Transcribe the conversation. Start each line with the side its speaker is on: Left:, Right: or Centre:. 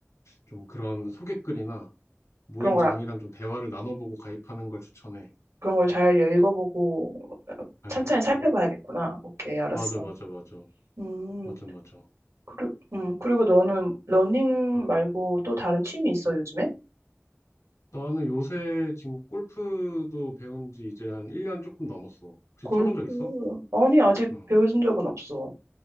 Left: 좀 그런 소개글이나 모임장이랑
Right: 그런 걸,
Left: 좀 대화를 나눠보고 가입하는 걸 추천해.
Right: 그런 걸 잘 읽어보고
Left: 아,
Right: 찬찬히 살펴봐야겠구나. 오케이, 알았어.
Left: 맞아, 맞아, 맞아.
Right: 음.
Left: 맞아, 맞아.
Right: 그리, 음. 그리고 너는 러닝
Left: 응.
Right: 말고 또 다른 취미 있어, 요즘에?
Left: 나는 요새 지금 골프도 배운 지 이제 한 1년 조금 넘었어. 혹시
Right: 골프.
Left: 쳐본 적 있어?
Right: 아니, 아직
Left: 응.
Right: 배워준 적은 없어.